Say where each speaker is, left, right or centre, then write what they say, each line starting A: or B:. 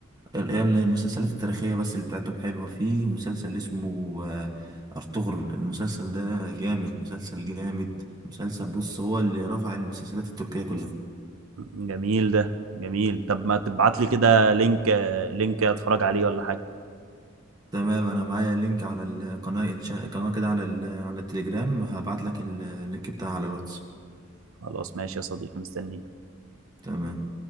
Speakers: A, on the right; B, on the right.
A: ال- هي المسلسلات التاريخية بس اللي بتاعتهم حلوة في مسلسل اسمه آه، أرطغرل المسلسل ده جامد مسلسل جامد مسلسل بص هو اللي رفع المسلسلات التركية كلها
B: جميل ده جميل طب ما تبعت لي كده لينك آه، لينك اتفرج عليه ولا حاجة
A: تمام أنا معايا لينك على القناة قناة كده على ال- على التليجرام هبعت لك اللينك بتاعها على الواتس
B: خلاص ماشي يا صديقي مستنيك
A: تمام